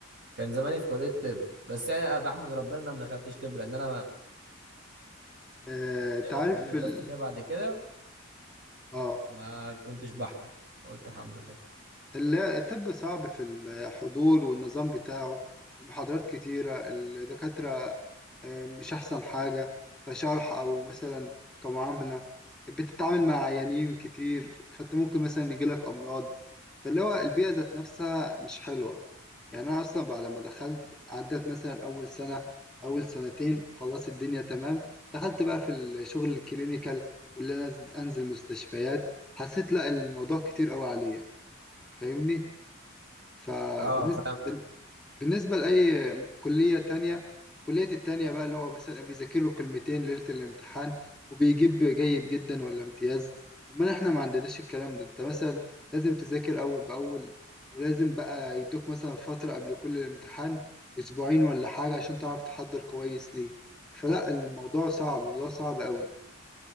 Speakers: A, on the right; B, in the centre.
A: كان زماني في كلية طب بس يعني أنا بحمد ربنا إن انا ما دخلتش طب لان انا ما-
B: آه. انت
A: الكلية
B: عارف
A: اللي درست
B: ال...
A: فيها بعد كده
B: اه
A: ما كنتش بحضر قلت الحمد لله
B: لا الطب صعب في الحضور والنظام بتاعه المحاضرات كتيره الدكاتره آه، مش أحسن حاجة كشرح أو مثلا كمعاملة بتتعامل مع عيانين كتير فأنت ممكن مثلا يجيلك أمراض فاللي هو البيئة ذات نفسها مش حلوة يعني أنا أصلا بعد ما دخلت عدت مثلا أول سنة أول سنتين خلاص الدنيا تمام دخلت بقى في الشغل الكلينيكال واللي أنا أنز- أنزل مستشفيات حسيت لا الموضوع كتير أوي عليا فاهمني فبالنسبة
A: اه فهمتك
B: بالنسبة لأي كلية تانية كلية التانية بقى اللي هو مثلا بيذاكر له كلمتين ليلة الامتحان وبيجيب جيد جدا ولا امتياز أمال احنا ما عندناش الكلام ده انت مثلا لازم تذاكر أول بأول ولازم بقى يدوك مثلا فترة قبل كل الامتحان أسبوعين ولا حاجة عشان تعرف تحضر كويس ليه فلا الموضوع صعب موضوع صعب قوي